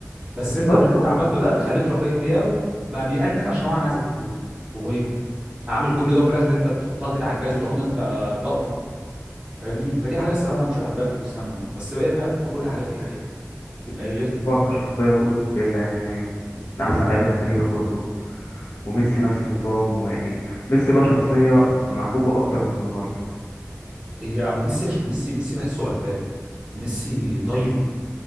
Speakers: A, on the right; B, on the left.
A: بس انت
B: بالظبط
A: باللي انت
B: اه
A: عملته ده خليت رافائيل لياو بقى بيأنن عشان هو انا عايز اجيب جون هو ايه ده عامل كل ده وفي الاخر انت بتحطها كده على الجهاز وتاخد انت اللقطه فاهمني فدي حاجه الصراحه مش بحبها في كريستيانو رونالدو بس بقيت بحب كل حاجه فيه الحقيقه يبقى غير دي
B: هو كشخصية برضه كويسة يعني من أحسن لعيبة التاريخ برضه وميسي نفس النظام ويعني ميسي بقى شخصية محبوبة أكتر من رونالدو
A: هي ميسي عشان ميسي ميسي بحسه غلبان ميسي طيب